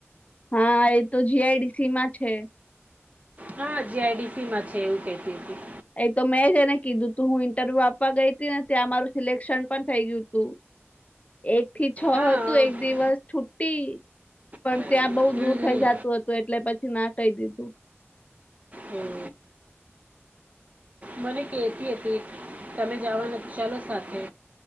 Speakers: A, on the left (about 30°); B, on the right (about 30°).
A: હા એ તો જી આઈ ડી સી મા છે.
B: હા જી આઈ ડી સી માં છે એવું કેતી હતી.
A: એ તો મેં જ એને કીધું તું હું ઇન્ટરવ્યુ આપવા ગઈ તી ને ત્યાં મારું સિલેક્શન પણ થઈ ગયું તું. એક થી છ
B: હા
A: હતું એક દિવસ છુટી પણ
B: હમ,
A: ત્યાં બઉ
B: હમ.
A: દૂર થઈ જાતું હતું એટલે પછી ના કહી દીધું.
B: હમ્મ. મને કેતી હતી, તમે જવાના તો ચાલો સાથે.